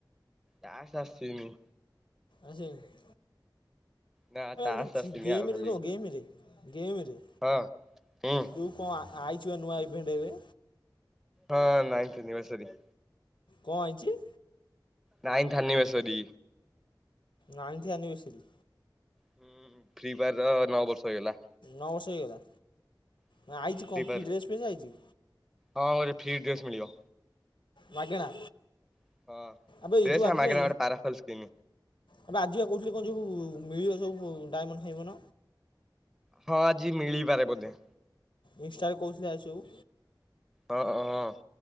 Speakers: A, in the centre; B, on the left.
A: ଟାସ୍କ ଆସିନି।
B: ଆସିନି
A: ନା ଟାସ୍କ
B: ଯ
A: ଆସିନି
B: ଗମରେ
A: ଆଉ ଖାଲି
B: ନୁହଁ ଗମରେ ଗେମରେ।
A: ହଁ ହୁଁ।
B: ଯୋଉକଣ ଆଇଚୁପା ନୂଆ ଇଭେଣ୍ଟ ଏବେ।
A: ହଁ ନାଇଁସିନିିବସରି।
B: କଅଁ ଅଇଚି।
A: ନାଇନ୍ତ ଅନିଭର୍ସେରୀ।
B: ନାଇନ୍ଥ ଆନଭର୍ସରରି।
A: ହୁଁ ଫ୍ରି ଫାୟାର ନଅ ବର୍ଷ ହେଇଗଲା।
B: ନଅ ବର୍ଷ ହେଇଗଲା
A: ହୁଁ
B: ନା ଆଇଛି
A: ଫ୍ରି
B: କଣ
A: ଫାୟାର
B: କି ଡ୍ରେସ୍ ପି ଧ୍ଯ ଆଇଛି।
A: ହଁ ଗୋଟେ ଫି ଡ୍ରେସ୍ ମିଳିବ।
B: ମାଗେଣା
A: ହଁ।
B: ଆବେ
A: ଡ୍ରେସ
B: ଏଇ ଯୋଉ
A: ଆଉ
B: ଆଜିିବେ।
A: ମାଗଣା ଗୋଟେ ପାରାଫଲ ସ୍କିନ
B: ଏବେ ଆଜିିକ କହୁଥିଲି କଣ ସବୁ ମିଳିବ ସବୁ ଡାଇମଣ୍ଡ ଫାଏମଣ୍ଡ।
A: ହଁ ଆଜି ମିଳିପାରେ ବୋଧେ।
B: ଇନଷ୍ଟାରେ କହୁଥିଲେ ଆଜି ସବୁ।
A: ହଁ ହଁ